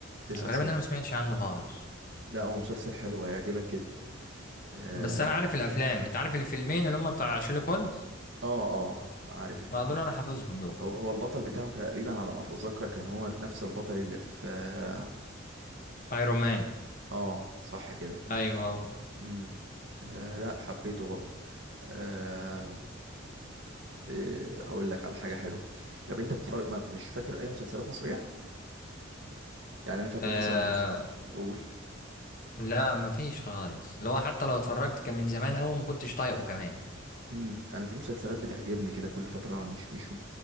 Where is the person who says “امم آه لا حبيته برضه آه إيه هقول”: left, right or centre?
Right